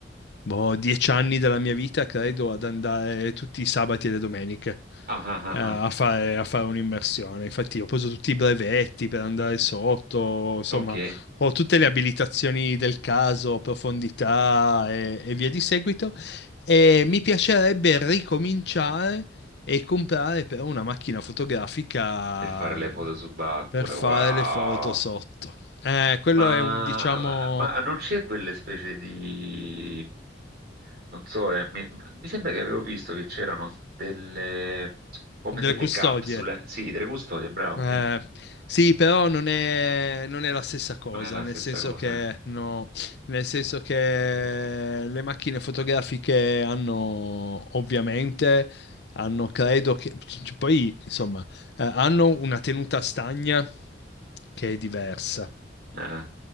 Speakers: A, on the left; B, on the right.
A: boh, dieci anni della mia vita, credo, ad andare tutti i sabati e le domeniche
B: Ah, ah, ah,
A: eh, a
B: ah.
A: fare, a fare un'immersione. Infatti ho preso tutti i brevetti per andare sotto, insomma,
B: Ok.
A: ho tutte le abilitazioni del caso, profondità e, e via di seguito. E mi piacerebbe ricominciare e comprare però una macchina fotografica
B: Per fare le
A: mh,
B: foto subacquee,
A: per fare
B: wow!
A: le foto sotto. Eh,
B: Ma,
A: quello è un, diciamo,
B: ma non c'è quelle specie di... Non so, eh, mi, mi sembra che avevo visto che c'erano delle... come
A: delle
B: delle
A: custodie.
B: capsule. Sì, delle custodie, bravo,
A: Eh,
B: sì.
A: sì, però non è, non è la stessa cosa,
B: Non è la
A: nel
B: stessa
A: senso
B: cosa.
A: che, no, nel senso che le macchine fotografiche hanno, ovviamente, hanno, credo che, c- poi, insomma, eh, hanno una tenuta stagna che è diversa.
B: eh. Eh,